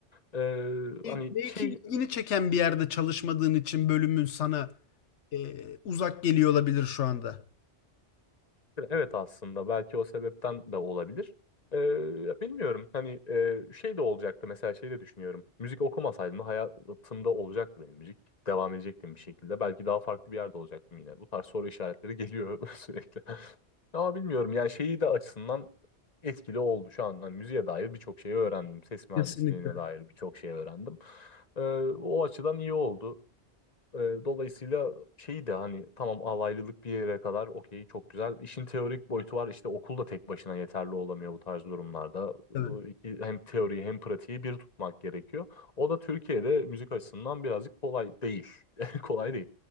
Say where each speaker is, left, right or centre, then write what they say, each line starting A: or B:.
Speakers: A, on the left (about 40°); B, on the left (about 85°).
A: Ee,
B: E,
A: hani
B: Belki
A: şey
B: ilgini çeken bir yerde çalışmadığın için bölümün sana e, uzak geliyor olabilir şu anda.
A: Evet aslında belki o sebepten de olabilir. Ee, bilmiyorum hani e, şey de olacaktı mesela şey de düşünüyorum. Müzik okumasaydım da hayatımda olacaktı benim müzik. Devam edecektim bir şekilde. Belki daha farklı bir yerde olacaktım yine. Bu tarz soru işaretleri geliyor <laughs> sürekli. Ama bilmiyorum yani şeyi de açısından etkili oldu şu an. Hani müziğe dair birçok şey öğrendim. Ses mühendisliğine
B: Kesinlikle.
A: dair birçok şey öğrendim. Ee, o açıdan iyi oldu. Ee, Dolayısıyla şeyi de hani tamam alaylılık bir yere kadar okey çok güzel. İşin teorik boyutu var işte okul da tek başına yeterli olamıyor bu tarz durumlarda.
B: Tabii,
A: Ee, iki- Hem teoriyi hem pratiği bir tutmak gerekiyor. O da Türkiye'de müzik açısından birazcık kolay değil. <laughs> Kolay değil.